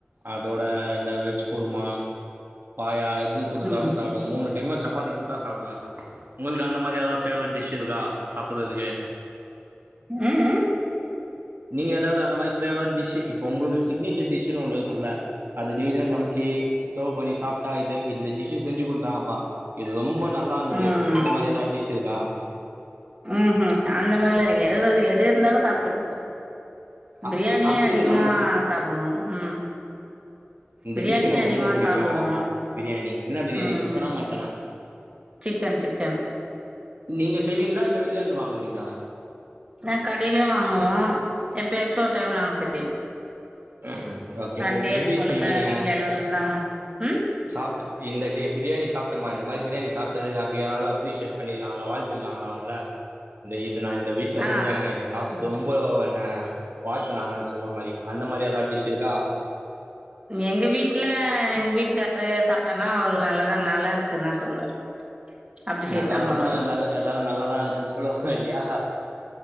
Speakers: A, on the right; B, on the right.
A: அதோட இல்ல வெஜ்ஜு குருமா பாயா எது குடுத்தாலு
B: ம்
A: சாப்டுவே மூணு டைமு சப்பாத்தி குட்த்தா சாப்டுவே உங்கள்க்கு அந்த மாரி எதாவ் ஃபேவரெட் டிஷ் இருக்கா சாப்பட்றதுக்கு
B: ம் ம்
A: நீங்க ஏதாவது அந்த மாரி ஃபேவரட் டிஷ்ஷூ இப்ப உங்களுக் சிக்னேச்சர் டிஷ்ஷுனு ஒண்ணு இருக்குல அத டெய்லியு சமச்சி செர்வ் பண்ணி சாப்டா இது இந்த டிஷ்ஷு செஞ்சு குட்த்தாங்கப்பா இது ரொம்ப நல்லாந்துது
B: ம்
A: அந்த மாரி ஏதா டிஷ் இருக்கா
B: ம்ஹும் அந்த மாரிலா இல்லிங்க எத சொல்றிங் எது இருந்தாலு சாப்ட்டுபோ
A: அ
B: பிரியாணிய
A: அப்டி
B: அதிகமா
A: இல்ல மேடம்
B: சாப்டுவோ ம்
A: இந்த
B: பிரியாணியே
A: டிஷ்ஷு எனக்
B: அதிகமா
A: ரொம்ப புடிக்கு
B: சாப்டுவோ
A: பிரியாணி என்ன பிரியாணி
B: ம்
A: சிக்கனா மட்டனா
B: சிக்கன் சிக்கன்
A: நீங்க செய்வீங்களா இல்ல வெளியந்து வாங்குவீங்ளா
B: நாங் கடைலயு வாங்குவோ எப்பயாச்சு ஒர் டைம் நாங்க செய்வோ
A: <unintelligible>
B: சண்டே
A: எப்டி
B: அதுபோல
A: செய்வீங்க
B: வீட்ல எல்லாரு இருந்தாங்னா ம்
A: சாப்ட்டு மீந்ததி பிரியாணி சாப்டமா இந்த மாரி பிரியாணி சாப்டது அப்டி யாராவது அப்ரிஷியேட் பண்ணிருகாங்ளா வாழ் தில்லாங்களா உங்கள இந்த இது நா இந்த வீட்ல செஞ்சேங்க
B: ஆ
A: இது சாப்டு ரொம்பலோவென்ன வாழ்த்து நாங்கன் சொல்வ மாரி அந்த மாரி ஏதா டிஷ் இருக்கா
B: எங்க வீட்ல எங்க வீட்டுக்கார்ரு சாப்டார்னா அவரு நல்லாதா நல்லா இருக்குதா சொல்லுவாரு அப்ரிஷியேட்
A: நல்லால்லனாலு
B: தான் பண்ணுவாங்க.
A: எல்லாரு எல்லாரு நல்லாதா இருக்குன் சொல்லுவாங்க இல்லியா